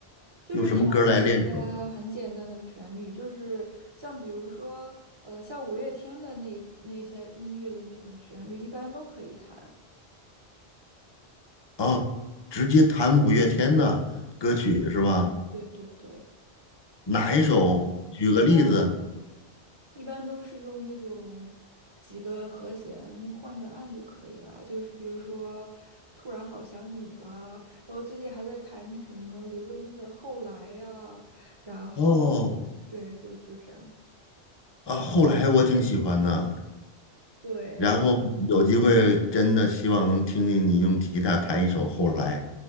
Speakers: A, on the right; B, on the left.
A: 就是弹
B: 用什么歌儿来练手？
A: 一些很简单的旋律，就是像比如说，呃，像五月天的那那些音乐的那种旋律，一般都可以弹。
B: 哦，直接弹五月天的歌曲是吧？
A: 对对对，
B: 哪一首？举个例子。
A: 一般一般都是用那种几个和弦换着按就可以了。就是比如说，突然好想你啦，然后最近还在弹什么刘若英的《后来》呀，然后
B: 哦，
A: 对，就就这样。
B: 啊，后来我挺喜欢的，
A: 对，
B: 然后有机会真的希望能听听你用吉他弹一首《后来》。